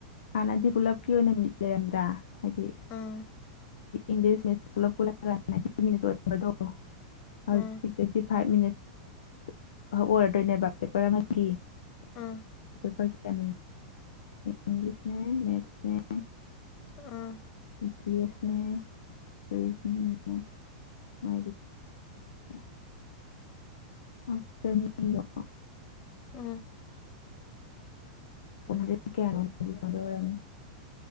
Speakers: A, on the left (about 85°); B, on the left (about 35°).
A: ꯍꯥꯟꯅꯗꯤ ꯄꯨꯜꯂꯞꯀꯤ ꯑꯣꯏꯅ ꯃꯤꯜꯂꯦꯔ꯭ꯔꯥ ꯍꯥꯏꯗꯤ
B: ꯎꯝ
A: ꯏꯪꯂꯤꯁ ꯄꯨꯂ ꯄꯨꯑ ꯑꯣꯏꯗꯣ ꯍꯧꯖꯤꯛꯇꯤ
B: ꯎꯝ
A: ꯇ꯭ꯋꯦꯟꯇꯤ ꯐꯥꯏꯚ ꯃꯤꯅꯠꯁ ꯐꯛ ꯑꯣꯏꯔꯗꯣꯏꯅꯦꯕ ꯄꯦꯄꯔ ꯑꯃꯒꯤ
B: ꯑꯥ
A: ꯔ ꯏꯪꯂꯤꯁ ꯃꯦꯊꯅꯦ <inaudible>
B: ꯑꯥ
A: ꯕꯤ ꯄꯕꯤ ꯑꯦꯁꯅꯦ ꯔꯤꯖꯅꯤꯡꯅꯦ ꯃꯥ <inaudible> ꯑꯣꯅꯤ <inaudible>
B: ꯎꯝ
A: ꯑꯗꯨꯗꯗꯤ ꯀꯌꯥꯅꯣꯣ ꯍꯧꯖꯤꯛ ꯐꯗ ꯑꯣꯏꯔꯝꯅꯤ <inaudible>